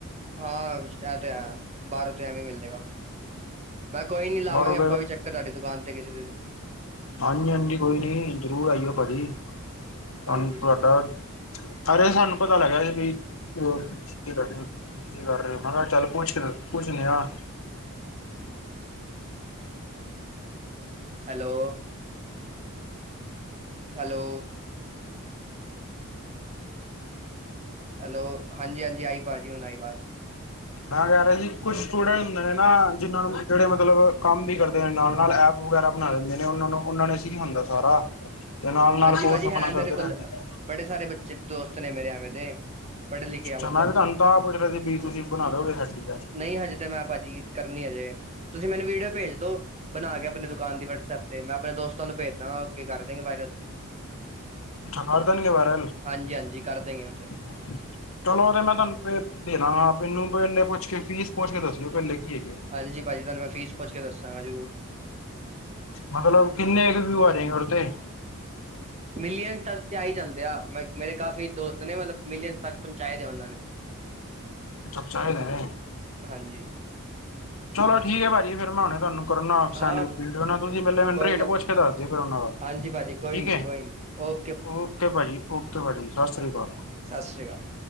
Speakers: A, on the right; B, on the left.
A: ਹਾਂ ਐਹ ਤੇ ਐ, ਬਾਰੋਂ ਤੇ ਐਵੇਂ ਈ ਮਿਲੇਗਾ। ਮੈਂ ਕੋਈ ਨੀ ਲਾਵਾਂਗੇ
B: ਬਾਹਰੋਂ
A: ਆਪਾਂ ਵੀ ਚੱਕਰ ਤੁਹਾਡੀ ਦੁਕਾਨ ਤੇ ਕਿਸੇ ਦਿਨ
B: ਹਾਂਜੀ-ਹਾਂਜੀ ਕੋਈ ਨੀ ਜਰੂਰ ਆਈਓ ਭਾਜੀ ਤੁਾਨ
A: ਹਾਂਜੀ
B: ਤੁਹਾਡਾ ਅਰੇ ਸਾਨੂੰ ਪਤਾ ਲੱਗਿਆ ਹੀ। ਕੀ ਕਰ ਰਏ ਹੋ ਮੈਂ ਕਿਆ ਚੱਲ ਪੁੱਛ ਪੁੱਛਣੇ ਆਂ।
A: ਹੈਲੋ ਹੈਲੋ ਹੈਲੋ ਹਾਂਜੀ-ਹਾਂਜੀ ਆਈ ਭਾਜੀ ਹੁਣ ਆਈ ਵਾਜ਼
B: ਮੈਂ ਕੈ ਰਿਆ ਹੀ ਕੁਛ ਸਟੂਡੈਂਟ ਹੁੰਦੇ ਨੇ ਨਾ ਜਿਹਨਾਂ ਨੂੰ ਜੇੜੇ ਮਤਲਬ ਕੰਮ ਵੀ ਕਰਦੇ ਨੇ ਨਾਲ-ਨਾਲ ਐਪ ਵਗੈਰਾ ਬਣਾ ਲੈਂਦੇ ਨੇ ਉਨਾਂ ਨੂੰ ਉਨਾਂ ਨੇ ਸਿਖ ਨਾ ਹੁੰਦਾ ਸਾਰਾ ਤੇ ਨਾਲ-ਨਾਲ
A: ਹਾਂਜੀ
B: ਕੋਰਸ
A: ਭਾਜੀ
B: ਆਪਨਾ
A: ਹੈ ਮੇਰੇ
B: ਕਰਦੇ
A: ਕੋਲ
B: ਰੈਂਦੇ ਨੇ।
A: ਬੜੇ ਸਾਰੇ ਬੱਚੇ ਦੋਸਤ ਨੇ ਮੇਰੇ ਐਵੇਂ ਦੇ ਪੜ੍ਹੇ ਲਿਖੇ
B: ਅੱਛਾ
A: ਆ ਮਤਲਬ
B: ਮੈਂ ਤੁਹਾਨੂੰ ਤਾਂ ਆਪ ਪੁੱਛ ਰਿਹਾ ਸੀ ਵੀ ਤੁਸੀਂ ਬਣਾ ਦੋਗੇ ਸਾਡੀ
A: ਨਈ ਹਜੇ ਤੇ ਮੈਂ ਭਾਜੀ ਕਰਨੀ ਅਜੇ ਤੁਸੀਂ ਮੈਨੂੰ ਵੀਡੀਓ ਭੇਜ ਦੋ ਬਣਾ ਕੇ ਆਪਣੇ ਤੋ ਦੁਕਾਨ ਦੀ ਵਟਸਐਪ ਤੇ ਮੈਂ ਆਪਣੇ ਦੋਸਤਾਂ ਨੂੰ ਭੇਜਦਾਂਗਾ ਅੱਗੇ ਕਰ ਦਾਂਗੇ ਵਾਇਰਲ
B: ਕਰ ਦੇਣਗੇ ਵਾਇਰਲ
A: ਹਾਂਜੀ-ਹਾਂਜੀ ਕਰ ਦੇਂਗੇ ਓ ਤੇ
B: ਹਾਂਜੀ ਚਲੋ ਉਦੇ ਮੈਂ ਤੁਹਾਨੂੰ ਦੇ ਦਾਂਗਾਾਂ ਮੈਨੂੰ ਪੈਲੇ ਪੁੱਛ ਕੇ ਫੀਸ ਪੁੱਛ ਕੇ ਦੱਸਿਓ ਪੈਲੇ ਕੀ ਹੈਗੀ ਏ।
A: ਹਾਂਜੀ ਭਾਜੀ ਮੈਂ ਤੁਹਾਨੂੰ ਫੀਸ ਪੁੱਛ ਕੇ ਦੱਸਾਂਗਾ ਜ਼ਰੂਰ
B: ਮਤਲਬ ਕਿੰਨੇ ਕੁ ਵਿਊ ਆ ਜਾਏਗੇ ਉਦੇ ਤੇ
A: ਮਿਲੀਅਨਸ ਤੱਕ ਤੇ ਆਈ ਜਾਂਦੇ ਆ ਮੇਰੇ ਕਾਫੀ ਦੋਸਤ ਨੇ ਮਤਲਬ ਮਿਲੀਅਨ ਤੱਕ ਪਹੁੰਚਾਏ ਦੇ ਆ ਉਨਾਂ ਨੇ।
B: ਅੱਛਾ ਚਾਹੇ ਲੇਂ ਆਈ।
A: ਹਾਂਜੀ
B: ਚਲੋ ਠੀਕ ਭਾਜੀ ਫਿਰ ਮੈਂ ਹੁਣੇ ਤੁਹਾਨੂੰ ਕਰਨਾ ਸੈਂਡ
A: ਹਾਂ
B: ਵੀਡੀਓ ਨਾ ਤੁਸੀਂ ਪੈਲੇ ਮੈਨੂੰ
A: ਕੋਈ
B: ਰੇਟ
A: ਨਾ
B: ਪੁੱਛ ਕੇ ਦੱਸ ਦੇ ਫਿਰ ਉਨਾਂ ਦਾ
A: ਹਾਂਜੀ ਭਾਜੀ ਕੋਈ
B: ਠੀਕ
A: ਨੀ
B: ਹੈ।
A: ਕੋਈ ਨੀ ਓ
B: ਓਕੇ ਭਾਜੀ ਓਕੇ ਭਾਜੀ ਸਤਿ ਸ਼੍ਰੀ ਅਕਾਲ।
A: ਸਤਿ ਸ਼੍ਰੀ ਅਕਾਲ।